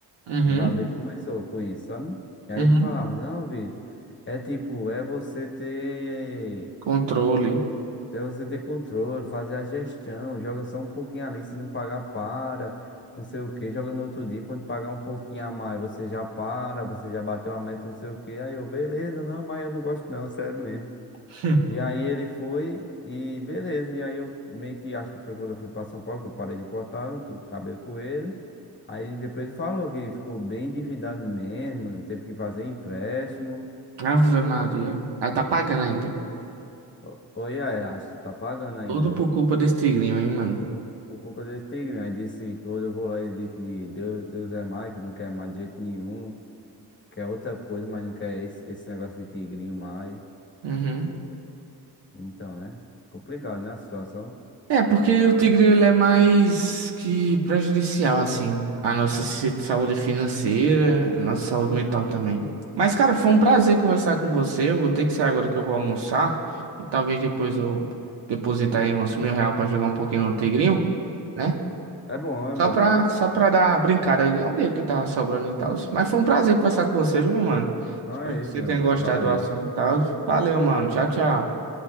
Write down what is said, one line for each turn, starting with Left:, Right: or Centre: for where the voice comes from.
Right: Uhum,
Left: Meu barbeiro começou com isso, sabe? E aí
Right: uhum.
Left: ele falava, não, Vitor, é tipo, é você ter,
Right: Controle.
Left: é você ter controle, fazer a gestão, joga só um pouquinho ali, se não pagar, para, não sei o que, joga no outro dia, quando pagar um pouquinho a mais, você já para, você já bateu a meta, não sei o que, Aí eu, beleza, não, mas eu não gosto não, sério mesmo.
Right: <laughs>
Left: E aí ele foi e beleza. E aí eu meio que acho que foi quando eu fui para São Paulo que eu parei de cortar o ca- cabelo com ele. Aí depois ele falou que ficou bem endividado mesmo, teve que fazer empréstimo.
Right: Hum. Ave Maria. Aí tá pagando ainda.
Left: O- Oi, aí, acho que tá pagando ainda,
Right: Tudo
Left: viu?
Right: por culpa desse tigrinho, hein, mano?
Left: Por culpa desse tigre. Aí disse quando eu vou lá ele disse que Deus, Deus é mais, que não quer mais de jeito nenhum, que quer outra coisa, mas não quer esse, esse negócio de tigrinho mais.
Right: Uhum.
Left: Então, né? Complicado, né, a situação.
Right: É, porque o tigrinho ele é mais que prejudicial, assim, à nossa si- saúde financeira, nossa saúde mental também. Mas, cara, foi um prazer conversar com você. Eu vou ter que sair agora que eu vou almoçar. E talvez depois eu depositar aí uns mil real pra jogar um pouquinho no tigrinho, né?
Left: É bom, é bom,
Right: Só pra,
Left: né?
Right: só pra dar uma brincada. É um dinheiro que tá sobrando e tal. Mas foi um prazer conversar com você, viu, mano?
Left: Então
Right: Espero
Left: é
Right: que
Left: isso,
Right: você
Left: meu
Right: tenha
Left: mano.
Right: gostado
Left: Valeu.
Right: do assunto e tal. Valeu, mano. Tchau, tchau.